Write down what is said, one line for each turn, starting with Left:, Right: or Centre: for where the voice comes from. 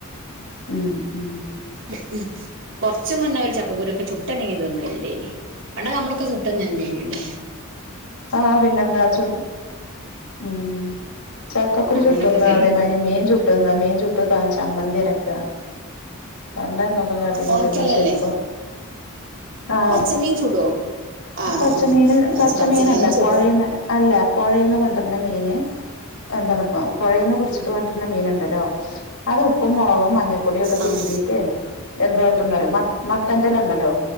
Left: ഉം ഉം
Right: ഉ ഉ കൊറച്ച് മുന്നേ ഓല് ചക്കക്കുരൊക്കെ ചുട്ടന്നെങ്കിലും തിന്നൽ ഇണ്ടേനി പണ്ടൊക്കെ നമ്മളൊക്കെ ചുട്ട് തിന്നൽ ണ്ടായീന്യല്ലോ
Left: ആഹ് പിന്നെന്താ ച്ചു മ്മ് ചക്കക്കുരു
Right: അങ്ങനൊക്കെ
Left: ചുട്ടുന്നാ
Right: ചെയ്യും
Left: അതേമാതിരി മീൻ ചുട്ടുന്ന മീൻ ചുട്ട് ചമ്മന്തി അരക്കാ പണ്ട് എന്തൊക്കെ കാട്ടിക്കൂട്ടിന്ന്
Right: ഉണക്കലല്ലേ
Left: പക്ഷെ ഇപ്പൊ ആഹ്
Right: പച്ചമീൻ ചുടോ ആഹ്
Left: പച്ചമീന്
Right: ഞാൻ
Left: പച്ച
Right: വിചാരിച്ചു പച്ചമീനും
Left: മീനല്ല
Right: ചുടും
Left: പൊഴെന്ന് അല്ല പൊഴേന്ന് കൊണ്ടര്ന്നെ മീന് എന്തണ് പ്പം പുഴയിന്ന് പുട്ച്ച്ട്ട് കൊണ്ടര്ന മീനുണ്ടല്ലോ അത് ഉപ്പും മുളകും മഞ്ഞ പൊടിയൊക്കെ തിരുമ്പീട്ട്
Right: ആഹ്
Left: എന്താട്ടുന്നും അറിയോ മത് മത്തൻ്റലണ്ടല്ലോ